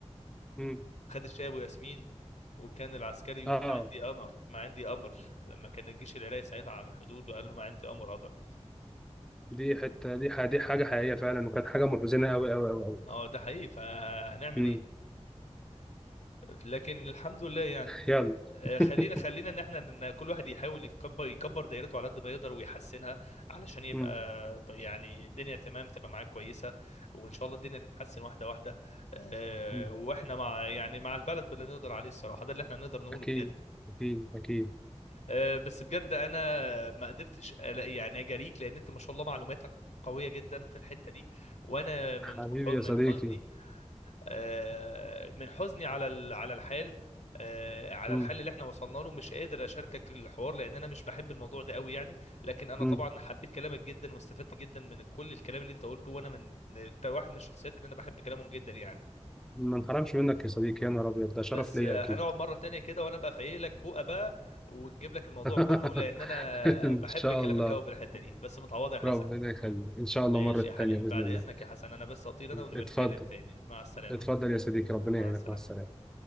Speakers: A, in the centre; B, on the left.
A: مم.
B: خد الشاي ابو ياسمين وكان العسكري يقول
A: اه
B: ما عندي امر ما عندي امر لما كان الجيش العراقي ساعتها على الحدود وقال له ما عندي امر اضرب
A: دي حته دي ح- دي حاجه حقيقيه فعلا وكانت حاجه محزنه قوي قوي قوي قوي
B: اه ده حقيقي فهنعمل
A: امم
B: ايه لكن الحمد لله يعني
A: يلا
B: آه،
A: <laughs>
B: خلينا خلينا ان احنا ان كل واحد يحاول يكبر يكبر دايرته على قد ما يقدر ويحسنها علشان يبقى
A: امم
B: يعني الدنيا تمام تبقى معاه كويسه وان شاء الله الدنيا تتحسن واحده واحده آه،
A: أمم.
B: واحنا مع يعني مع البلد باللي نقدر عليه الصراحه ده اللي احنا نقدر نقوله
A: اكيد
B: بجد
A: اكيد اكيد
B: آه، بس بجد انا ما قدرتش ألاقي يعني اجاريك لان انت ما شاء الله معلوماتك قويه جدا في الحته دي وانا من
A: حبيبي
B: كح- من
A: يا صديقي
B: حزني آه، من حزني على ال- على الحال آه، على
A: امم
B: الحل اللي احنا وصلنا له مش قادر اشاركك الحوار لان انا مش بحب الموضوع ده قوي يعني لكن انا
A: امم
B: طبعا حبيت كلامك جدا واستفدت جدا من كل الكلام اللي انت قلته وانا من انت واحد من الشخصيات اللي انا بحب كلامهم جدا يعني
A: ما انحرمش منك يا صديقي يا نهار ابيض ده شرف
B: بس
A: ليا
B: آه،
A: اكيد
B: هنقعد مرة تانية كده وانا بقى فايق لك فوقه بقى ونجيب لك الموضوع
A: <laughs>
B: كله لان انا
A: ان
B: بحب
A: شاء
B: كلامك
A: الله
B: قوي في الحتة دي بس متعوضة يا حسن
A: ربنا يخليك ان شاء الله
B: ماشي
A: مره
B: يا
A: تانية
B: حبيبي
A: باذن
B: بعد
A: الله
B: اذنك يا حسن انا بس هطير انا ونبقى
A: اتفضل
B: نتكلم تاني مع السلامة
A: اتفضل يا صديقي ربنا
B: مع
A: يعينك
B: السلامة
A: مع السلامه